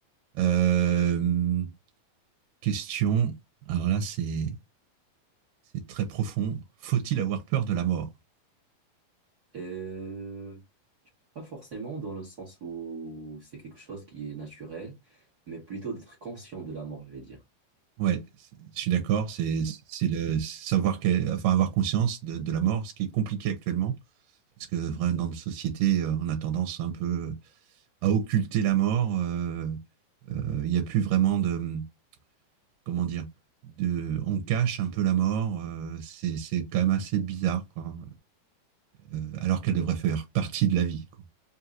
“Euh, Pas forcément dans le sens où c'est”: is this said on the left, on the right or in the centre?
Right